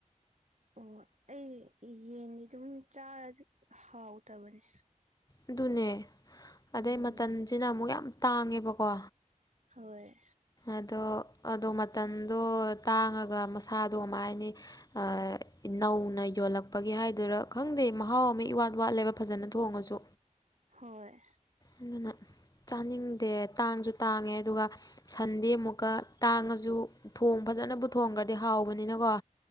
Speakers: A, on the right; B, on the left.
A: ꯑꯣ ꯑꯩ ꯌꯦꯟꯗꯤ ꯑꯗꯨꯝ ꯆꯥꯔꯖꯨ ꯍꯥꯎꯇꯕꯅꯦ
B: ꯑꯗꯨꯅꯦ
A: ꯎꯝ
B: ꯑꯗꯩ ꯃꯇꯟꯖꯤꯅ ꯑꯃꯨꯛ ꯌꯥꯝ ꯇꯥꯡꯉꯦꯕꯀꯣ
A: ꯍꯣꯏ
B: ꯑꯗꯣ ꯑꯗꯣ ꯃꯇꯟꯗꯣ ꯇꯥꯡꯉꯒ ꯃꯁꯥꯗꯣ ꯀꯃꯥꯏ ꯍꯥꯏꯅꯤ ꯑ ꯅꯧꯅ ꯌꯣꯜꯂꯛꯄꯒꯤ ꯍꯥꯏꯗꯣꯏꯔꯥ ꯈꯪꯗꯦ ꯃꯍꯥꯎ ꯑꯃ ꯏꯋꯥꯠ ꯋꯥꯠꯂꯦꯕ ꯐꯖꯅ ꯊꯣꯡꯉꯁꯨ
A: ꯍꯣꯏ
B: ꯑꯗꯨꯅ ꯆꯥꯅꯤꯡꯗꯦ ꯇꯥꯡꯖꯨ ꯇꯥꯡꯉꯦ ꯑꯗꯨꯒ ꯁꯟꯗꯤ ꯑꯃꯨꯛꯀ ꯇꯥꯡꯉꯖꯨ ꯊꯣꯡ ꯐꯖꯅꯕꯨ ꯊꯣꯡꯒ꯭ꯔꯗꯤ ꯍꯥꯎꯕꯅꯤꯅꯀꯣ